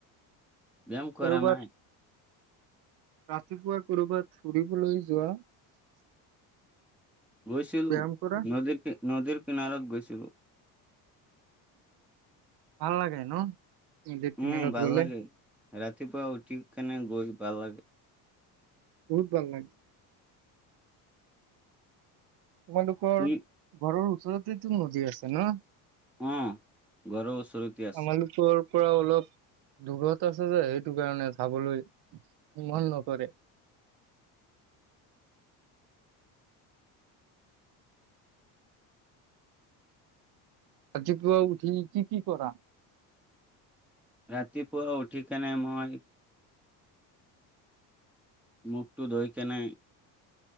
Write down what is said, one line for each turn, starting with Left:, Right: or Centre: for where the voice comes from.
Centre: ব্যায়াম
Right: কৰবাত
Centre: কৰা নাই।
Right: ৰাতিপুৱা কৰ'বাত ফুৰিবলৈ যোৱা
Centre: গৈছিলোঁ
Right: ব্যায়াম কৰা
Centre: নদীৰ নদীৰ কিনাৰত গৈছ ছেলো
Right: ভাল লাগে ন'? নদীৰ কিনাৰত
Centre: উম, ভাল
Right: গ'লে
Centre: লাগে। ৰাতিপুৱা উঠি কেনে গৈ ভাল লাগে।
Right: বহুত ভাল লাগে। তোমালোকৰ
Centre: তুমি
Right: ঘৰৰ ওচৰত। নদী আছে ন'?
Centre: অ‌', ঘৰৰ ওচৰতে আছে।
Right: আমালোকৰ পৰা অলপ দূৰত আছে যে সেইটো কাৰণে চাবলৈ মন নকৰে। আজিপুৱা উঠি কি কি কৰা?
Centre: ৰাতিপুৱা উঠিকেনে মই মুখটো ধুই‌ কেনে